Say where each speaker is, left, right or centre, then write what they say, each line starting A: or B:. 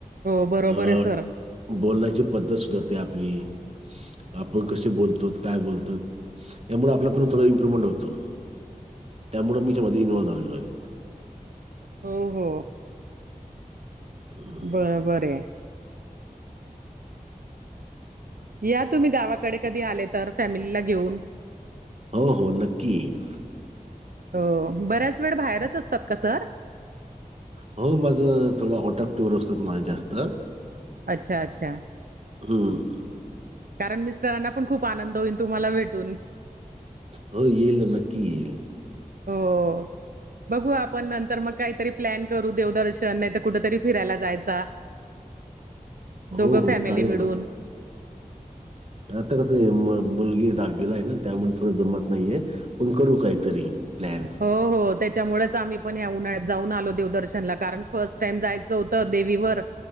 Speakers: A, on the right; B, on the right.
A: हो बरोबर
B: अ,
A: आहे सर.
B: बोलण्याची पद्धत सुधारते आपली आपण कसे बोलतो काय बोलतो. त्यामुळे आपला पण थोडं इम्प्रुव्हमेंट होतो. त्यामुळे मी त्यामध्ये एन्व्हॉल झालेलो आहे.
A: हो हो.
B: हं.
A: बरोबर आहे. या तुम्ही गावाकडे कधी आलेतर फॅमिलीला घेऊन.
B: हो हो नक्की येईल.
A: हो बऱ्याच वेळ बाहेरचं असतात का सर?
B: हो माझ थोडं आउट ऑफ टूर असतात माझं जास्त.
A: अच्छा अच्छा
B: हं
A: कारण मिस्टरांना पण खूप आनंद होईल तुम्हाला भेटून.
B: हो येईल ना नक्की येईल.
A: हो बघू आपण नंतर मग काहीतरी. प्लॅन करू देवदर्शन, नाहीतर कुठ तरी फिरायला जायचा.
B: हो,
A: दोघं
B: हो.
A: फॅमिली
B: चालेल
A: मिळून
B: ना. आता कसं आहे मुलगी दहावीला आहे ना त्यामुळे थोड जमत नाहीये. आपण करू काहीतरी प्लॅन.
A: हो हो त्याच्यामुळेच आम्ही पण ह्या उन्हाळ्यात जाऊन आलो देवदर्शनला कारण फर्स्ट टाइम जायचं होतं देवीवर.